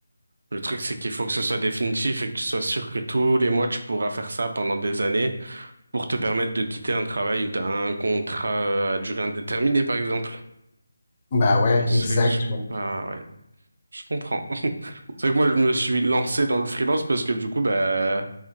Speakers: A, on the right; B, on the left.
A: Le truc, c'est qu'il faut que ce soit définitif et que tu sois sûr que tous les mois, tu pourras faire ça pendant des années pour te permettre de quitter un travail où tu as un contrat euh, à durée indéterminée, par exemple.
B: Bah ouais,
A: C'est
B: exact.
A: que je...
B: Ouais.
A: Ah ouais, je comprends. <laughs> C'est vrai que moi, je me suis lancé dans le freelance parce que du coup, bah,